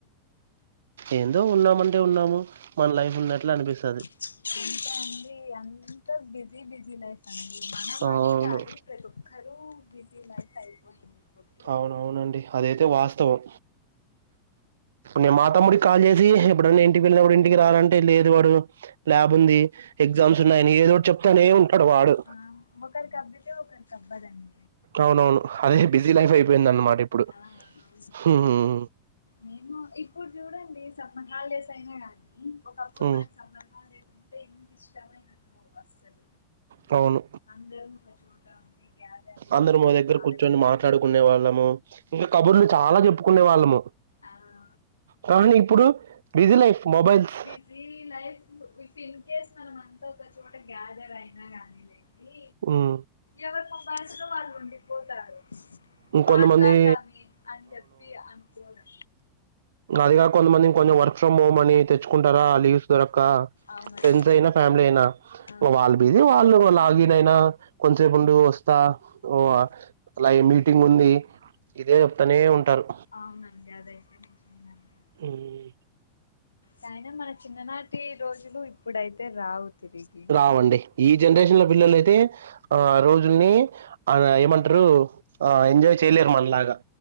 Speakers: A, on the right (about 65°); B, on the left (about 75°).
A: ఏందో ఉన్నామంటే ఉన్నాము మన లైఫ్ ఉన్నట్లు అనిపిస్తది
B: ఎంత అండి అంత బిజీ బిజీ లైఫ్ మన మని
A: అవును
B: కాదు ప్రతి ఒక్కరూ బిజీ లైఫ్ అయిపోయింది ఇప్పుడు
A: అవున అవునండి అదైతే వాస్తవం నేను మాతమ్ముడికి కాల్ చేసి ఎప్పుడన్నా ఇంటికి వెళ్ళినప్పుడు ఇంటికి రా రా అంటే లేదు వాడు ల్యాబ్ ఉంది ఎగ్జామ్స్ ఉన్నాయని ఏదోటి చెప్తానే ఉంటాడు వాడు
B: ఆ ఒకరికి అబ్బితే ఒకరికి అబ్బదండి
A: అవునవును అదే బిజీ లైఫ్ అయిపోయింది అన్మాట ఇప్పుడు
B: ఆ అవునండి
A: హ్ము్
B: మేము ఇప్పుడు చూడండి సమ్మర్ హాలిడేస్ అయినా కానీ ఒకప్పుడు
A: హ్మ్
B: మనకు సమ్మర్ హాలిడేస్ అం అంటే ఇంకి ఇష్టమైనట్ అస్సలు
A: తవును
B: అందరం ఒక చోట ఉండి గ్యాదర్ అయ్యి
A: అందరం
B: బాగా
A: ఓ దగ్గర
B: ఆడు
A: కూర్చొని మాట్లాడుకునే వాళ్ళము ఇంకా కబుర్లు చాలా చెప్పుకునే వాళ్ళము
B: అవును
A: కానీ ఇప్పుడు busy life mobiles
B: busy life if in case మనం అంతా ఒక చోట గ్యాదర్ అయినా గానీ లేండి
A: ఉమ్
B: ఎవరు మొబైల్స్లో వాళ్ళు ఉండిపోతారు
A: ఇంకొంతమంది
B: మాట్లాడదామే అని చెప్పి అనుకోరు
A: అదిగా కొంత మమందికి కొంచెం వర్క్ ఫ్రమ్ హోమ్ అని తెచ్చుకుంటారా లీవ్ దొరక్కా
B: అవునండి
A: ఫ్రెండ్స్ అయినా ఫ్యామిలీ అయినా
B: ఆ
A: వాళ్ళు బిజీ వాళ్ళు లాగిన్ అయినా కొంత్సేపు ఉండు వస్తా ఓ
B: ఉమ్,
A: లై మీ టింగ్ ఉంది ఇదే చెప్తానే ఉంటారు
B: అవునండి అదైతే నిజమేనండి
A: ఉమ్,
B: కైన మన చిన్ననాటి రోజులు ఇప్పుడైతే రావు తిరిగి
A: అవండి ఈ జనరేషన్ లో పిల్లలు అయితే ఆ రోజుల్ని ఆ ఏమంటారు ఆ ఎంజాయ్ చేయలేరు మనలాగా